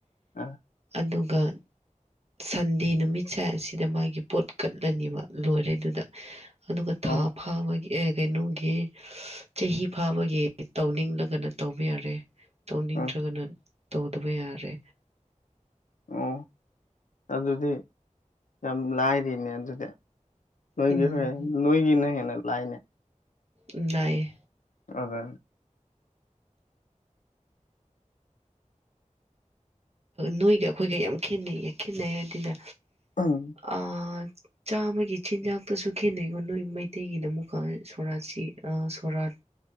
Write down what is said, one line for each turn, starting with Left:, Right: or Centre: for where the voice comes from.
Left: ꯑꯥ
Right: ꯑꯗꯨꯒ ꯁꯟꯗꯦ ꯅꯨꯃꯤꯠꯁꯦ ꯑꯁꯤꯗ ꯃꯥꯒꯤ ꯄꯣꯠ ꯀꯠꯂꯅꯤꯕ ꯂꯣꯏꯔꯦ ꯑꯗꯨꯗ ꯑꯗꯨꯒ ꯊꯥ
Left: ꯑꯣ
Right: ꯐꯥꯕꯒꯤ ꯑꯦ ꯀꯩꯅꯣꯒꯤ ꯆꯍꯤ ꯐꯥꯕꯒꯤ ꯇꯧꯅꯤꯡꯂꯒꯅ ꯇꯧꯕ ꯌꯥꯔꯦ ꯇꯧꯅꯤꯡꯗ꯭ꯔꯒꯅ
Left: ꯑ
Right: ꯇꯧꯗꯕ ꯌꯥꯔꯦ
Left: ꯑꯣ ꯑꯗꯨꯗꯤ ꯌꯥꯝ ꯂꯥꯏꯔꯤꯅꯦ ꯑꯗꯨꯗꯤ ꯅꯣꯏꯒꯤ
Right: ꯎꯝ
Left: <unintelligible> ꯅꯣꯏꯒꯤꯅ ꯍꯦꯟꯅ ꯂꯥꯏꯅꯦ
Right: ꯎꯝ ꯅꯥꯏꯌꯦ
Left: <unintelligible>
Right: ꯅꯣꯏꯒ ꯑꯩꯈꯣꯏꯒ ꯌꯥꯝ ꯈꯦꯠꯅꯩꯌꯦ ꯈꯦꯠꯅꯩ ꯍꯥꯏꯗꯤꯅꯦ
Left: ꯑꯥ
Right: ꯑꯥ ꯆꯥꯕꯒꯤ ꯆꯤꯟꯖꯥꯛꯇꯁꯨ ꯈꯦꯠꯅꯩꯀꯣ ꯅꯣꯏ ꯃꯩꯇꯩꯒꯤꯅ ꯑꯃꯨꯛꯀ ꯁꯣꯔꯥꯠꯁꯤ ꯑ ꯁꯣꯔꯥꯠ